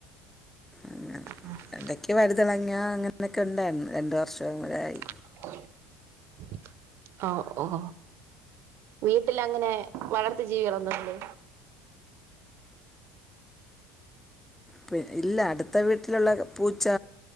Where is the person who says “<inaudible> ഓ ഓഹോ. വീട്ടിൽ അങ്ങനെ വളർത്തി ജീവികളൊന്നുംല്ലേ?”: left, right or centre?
Right